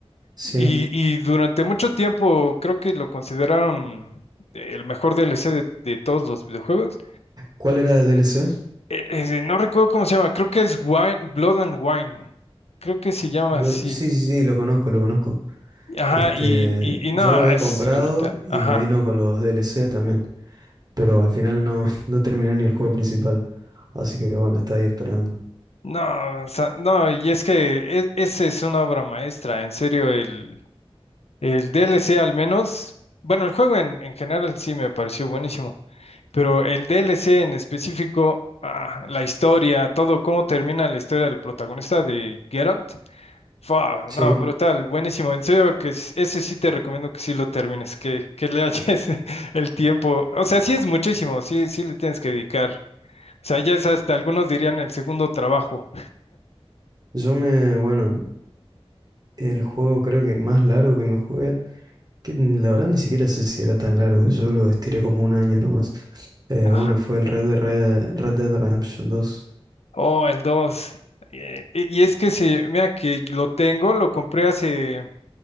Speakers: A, on the right; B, on the left.
A: Sí.
B: y, y durante mucho tiempo creo que lo consideraron el mejor DLC de, de todos los videojuegos.
A: ¿Cuál era el DLC?
B: Eh, eh, no recuerdo cómo se llama, creo que es Wine, Blood and Wine, creo que se llama
A: Blo-
B: así.
A: Sí, sí, sí, lo conozco, lo conozco.
B: Ajá,
A: Este,
B: y, y, y no,
A: yo lo había
B: es
A: comprado
B: brutal.
A: y
B: Ajá.
A: me vino con los DLC también. Pero al final no, <laughs> no terminé ni el juego principal. Así que bueno, está ahí esperando.
B: No, o sea, no, y es que e- esa es una obra maestra, en serio, el, el D L C al menos, bueno, el juego en, en general sí me pareció buenísimo, pero el D L C en específico, ah, la historia, todo, cómo termina la historia del protagonista de Geralt, fua,
A: Sí,
B: no, brutal, buenísimo, en serio, que s- ese sí te recomiendo que sí lo termines, que, que le halles <laughs> el tiempo, o sea, sí es muchísimo, sí, sí le tienes que dedicar, o sea, ya es hasta, algunos dirían el segundo trabajo.
A: yo me, bueno, El juego creo que más largo que me jugué, que la verdad ni siquiera sé si era tan largo, yo lo estiré como un año nomás. Eh,
B: <laughs>
A: bueno, fue el Red Dead, Red, Red Dead Redemption dos.
B: Oh, el dos Eh, y y es que sí, mira que lo tengo, lo compré hace,